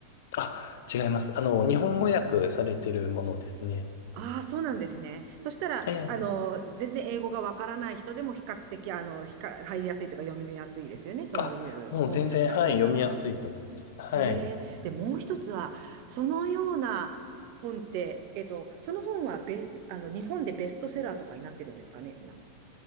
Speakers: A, on the left (about 55°); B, on the right (about 45°).
A: あ、違います。あの、日本語訳されてるものですね。
B: ああ、そうなんですね。そしたら、
A: ええ。
B: あの、全然英語がわからない人でも比較的、あの、ひか入りやすいとか読みやすいですよね。そういう翻訳されてるなら。
A: あ、もう全然、はい、読みやすいと思います。はい。
B: へえ。で、もう一つは、そのような本って、えっと、その本はべ、あの、日本でベストセラーとかになってるんですかね、今。